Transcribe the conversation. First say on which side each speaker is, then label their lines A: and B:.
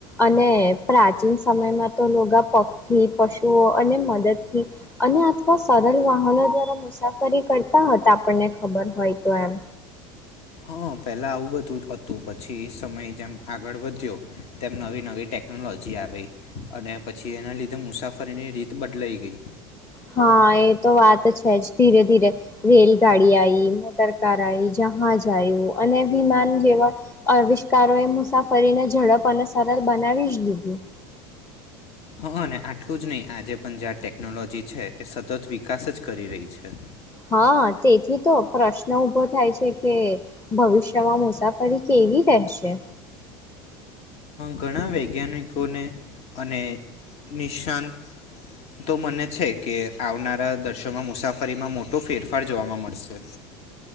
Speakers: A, on the left; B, on the left.
A: અને પ્રાચીન સમયમાં તો લોગા પગથી પશુઓ અને મદદથી અને અથવા સરળ વાહનો દ્વારા મુસાફરી કરતા હતા આપણને ખબર હોય તો એમ
B: હ પહેલાં આવું બધું જ હતું પછી સમય જેમ આગળ વધ્યો તેમ નવી નવી ટેકનોલોજી આવી અને પછી એના લીધે મુસાફરીની રીત બદલાઈ ગઈ
A: હા એ તો વાત છે જ ધીરે ધીરે રેલગાડી આવી મોટર કાર આવી જહાજ આવ્યું અને વિમાન જેવા આવવિષ્કારો એ મુસાફરીને ઝડપ અને સરળ બનાવી જ દીધી
B: હા અને આટલું જ નહીં આજે પણ જ્યાં ટેકનોલોજી છે એ સતત વિકાસ જ કરી રહી છે
A: હા તેથી તો પ્રશ્ન ઉભો થાય છે કે ભવિષ્યમાં મુસાફરી કેવી રહેશે
B: ઘણા વૈજ્ઞાનિકોને અને નિશાનતો મને છે કે આવનારા દર્શોમાં મુસાફરીમાં મોટો ફેરફાર જોવા મળશે